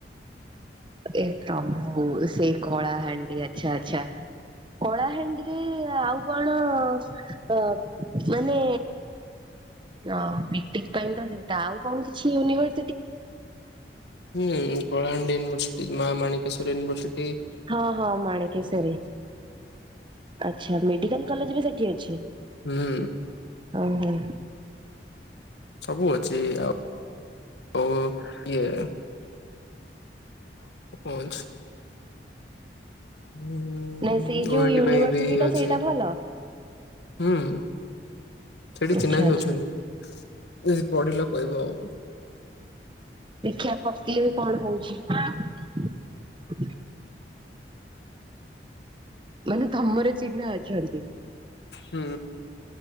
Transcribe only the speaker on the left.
ହୁଁ କଳାହାଣ୍ଡି ୟୁନଭର୍ସିଟି ମାମାଣିକେଶ୍ଵର ୟନିଭର୍ସିଟି।
ହୁଁ
ସବୁ ଅଛି। ଆଉ ଓ ଇଏ <unintelligible> ହୁଁ
ଓଇ ଟି
ପାଇଁ ବି
ଅଛି
ହୁଁ। ସେଠି
ଚିହ୍ନା ବି
ଅଛନ୍ତି ଯଦି ପଢିଲ କହିବ ଆଉ।
ହୁଁ।